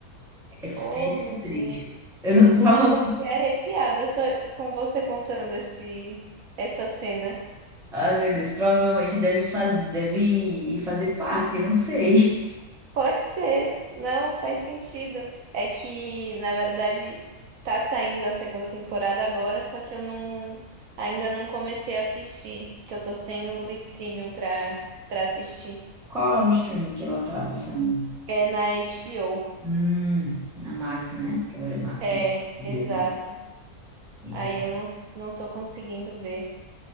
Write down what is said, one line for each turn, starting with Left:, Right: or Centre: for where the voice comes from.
Centre: É, f-
Right: Oh,
Centre: é esse
Right: meu
Centre: o trecho.
Right: Deus.
Centre: Eu não, <laughs> prova...
Right: Nossa, eu fiquei arrepiada só com você contando esse, essa cena.
Centre: Ai, meu Deus, provavelmente deve fazer, deve fazer parte, eu não sei.
Right: Pode ser. Não, faz sentido. É que, na verdade, tá saindo a segunda temporada agora, só que eu não ainda não comecei a assistir, que eu tô sem o streaming pra, pra assistir.
Centre: Qual é o stream que ela tá passando?
Right: É na HBO.
Centre: Hum, na Max, né? Que agora é Max,
Right: É,
Centre: né? Subiu
Right: exato.
Centre: Max. É.
Right: Aí eu não, não tô conseguindo ver.